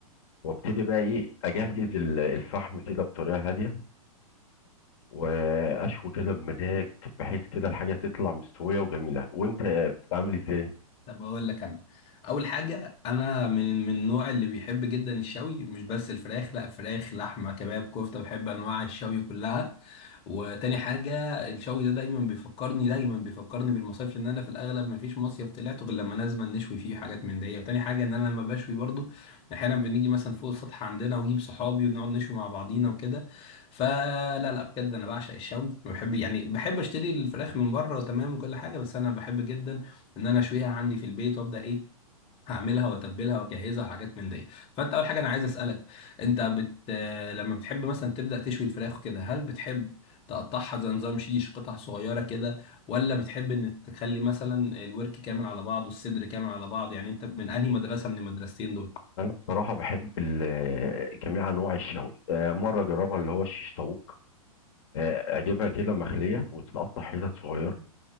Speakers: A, on the left; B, on the left.
A: وابتدي بقى ايه اجهز ال- الفحم كده بطريقه هاديه واشوي كده بمزاج بحيث كده الحاجه تطلع مستويه وجميله وانت بتعمل ازاي
B: طب اقول لك انا اول حاجه انا من من النوع اللي بيحب جدا الشوي مش بس الفراخ لا فراخ لحمه كباب كفته بحب انواع الشوي كلها وتاني حاجه الشوي ده دايما بيفكرني دايما بيفكرني بالمصايف لان انا في الاغلب ما فيش مصيف طلعته غير لما لازم نشوي فيه حاجات من دي وتاني حاجه ان انا لما بشوي برضو احيانا بنيجي مثلا فوق السطح عندنا واجيب صحابي ونقعد نشوي مع بعضينا وكده فلا لا بجد انا بعشق الشوي بحب يعني بحب اشتري الفراخ من بره تمام وكل حاجه بس انا بحب جدا ان انا اشويها عندي في البيت وابدا ايه هعملها واتبلها واجهزها وحاجات من دي فانت اول حاجه انا عايز اسالك انت بت... آه، لما بتحب مثلا تبدا تشوي الفراخ كده هل بتحب تقطعها زي نظام شيش قطع صغيره كده ولا بتحب ان تخلي مثلا الورك كامل على بعضه الصدر كامل على بعض يعني انت من انهي مدرسه من المدرستين دول
A: انا بصراحه بحب ال- جميع انواع الشوي آه، مره اجربها اللي هو الشيش طاووق آه، اجيبها كده مخليه وتتقطع حتت صغيره